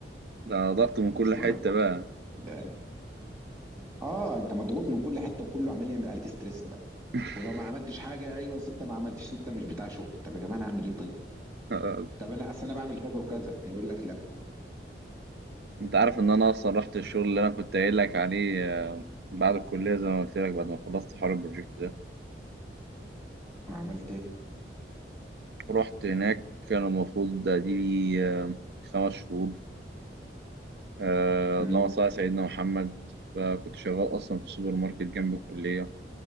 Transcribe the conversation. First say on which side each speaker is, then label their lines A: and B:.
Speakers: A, on the right; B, on the right.
A: ده ضغط من كل
B: اصل
A: حتة
B: لك
A: بقى
B: يعني اه انت مضغوط من كل حته وكله عمال يعمل عليك ستريس بقى
A: <laughs>
B: ولو ما عملتش حاجه ايوه أصل انت ما عملتش انت مش بتاع شغل طب يا جماعه انا اعمل ايه طيب
A: آه،
B: طب انا اصل انا بعمل كذا وكذا يقول لك لا
A: أنت عارف إن أنا أصلا رحت الشغل اللي أنا كنت قايل لك عليه آه، بعد الكلية زي ما قلت لك بعد ما خلصت حوار البروجكت ده
B: ما عملت ايه
A: رحت هناك كان المفروض ده دي آه، خمس شهور آه،
B: امم
A: اللهم صل على سيدنا محمد فكنت شغال أصلا في سوبر ماركت جنب الكلية